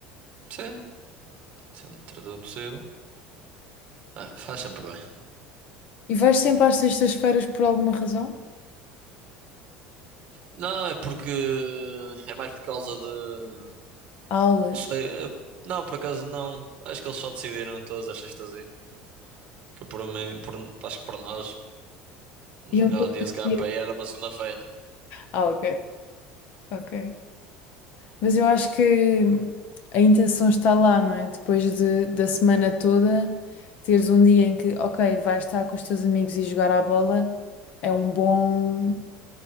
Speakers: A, on the right; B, on the left.
A: Sim, sendo tradutor possível. Ah, faz sempre bem.
B: E vais sempre às sextas-feiras por alguma razão?
A: Não, é porque. É mais por causa de.
B: Aulas.
A: Não sei. eh, Não, por acaso não. Acho que eles só decidiram todas as sextas ir. Que por mim, por- acho que por nós, nos
B: Iam
A: melhores
B: todos
A: dias,
B: os
A: se calhar
B: dias.
A: para ir era uma segunda-feira.
B: Ah, ok, ok. Mas eu acho que a intenção está lá, não é? Depois de, da semana toda, teres um dia em que, ok, vais estar com os teus amigos e jogar à bola, é um bom.